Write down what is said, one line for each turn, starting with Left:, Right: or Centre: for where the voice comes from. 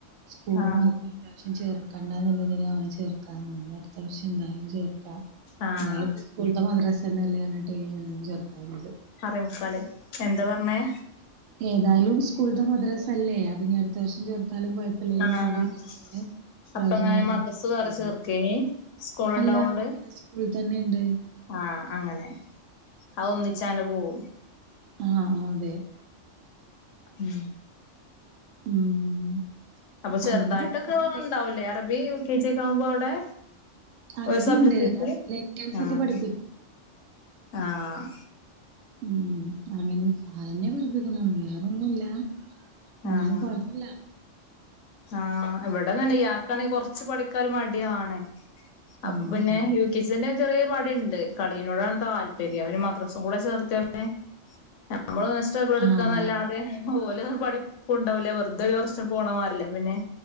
Right: സ്കൂള്
Left: ആഹ്
Right: മത്രേം ഈ പ്രാവശ്യം ചേർക്കണ്ടാന്ന്ള്ളതിനാ അവനെ ചേർക്കാതെനിന്നെ ത്തവർഷം എന്തായാലും ചേർക്കാ
Left: ആഹ്
Right: എന്നാല് സ്കൂള്ത്തെ മദ്രാസന്നല്ലേർഞ്ഞ്ട്ട് ഈ ഏഹ് ചേർക്കാറ്ണ്ട്
Left: ആറേമുക്കാല് എന്താ പറഞ്ഞേ
Right: ഏതായാലും സ്കൂള്ത്തെ മദ്രാസല്ലേ അപ്പ്നിഅട് അട്ത്തവർഷം ചേർത്താലും കൊയപ്പ്ല്ലല്ലോന്ന്
Left: ആഹ്
Right: കര്തീട്ടന്നെയാണ് ഈ പ്രാവശ്യം
Left: അപ്പൊ അങ്ങനെ
Right: ഞങ്ങളും
Left: മദ്രസ്
Right: ചേർക്കാതിര്ന്നെ
Left: വേറെ ചേർക്കേനി സ്കൂൾ
Right: അല്ല
Left: ഉണ്ടാവോണ്ട്
Right: ഇവ്ടെത്തന്നെ സ്കൂളിൽ തന്നെണ്ട്
Left: ആഹ് അങ്ങനെ അവൊന്നിച്ചങ്ങ്നെ പോവും
Right: ആഹ് ആഹ് അതെ
Left: ഉം
Right: ഉം
Left: അപ്പൊ ചെറുതായിട്ടൊക്കെ
Right: അങ്ങനൊക്കെ പോണ്ട്
Left: ഉണ്ടാവുലേ അറബി യു കെ ജി ഒക്കാവുമ്പോ അവ്ടെ
Right: അറബിണ്ട്
Left: ഒരു സബ്ജക്ട് <unintelligible>
Right: ലെറ്റേഴ്സ്
Left: ആഹ്
Right: ഒക്കെ പഠിപ്പിക്ക്ണ്ട്
Left: ആഹ്
Right: ഉം അങ്ങൻ അതന്നെപഠിപ്പിക്കുന്നുള്ളു വേറൊന്നുല്ല ന്നാലും
Left: ആഹ്
Right: കൊഴപ്പല്ല
Left: ആഹ് ഇവിടതന്നെ ഇയാക്കാണെ കൊറച്ച് പഠിക്കാ ഒരു മടിയാണ്. അപ്പൊ
Right: ആഹ്
Left: പിന്നെ
Right: ആഹ്
Left: യൂ കെ ജി തന്നെ ചെറിയൊരു മടിണ്ട്. കളിയിനോടാണ് താല്പര്യം അവന് മദ്രസും കൂടെ ചേർത്ത്യാ <unintelligible> നമ്മള് ങ്ങനെ സ്ട്രഗിൾ
Right: ആഹ്
Left: ഇട്ക്കാന്നല്ലാതെ ഓലു പഠിക്കുണ്ടാവൂല്ല വെറുതെ കൊർ പോണ മാറ്യല്ലേ പിന്നെ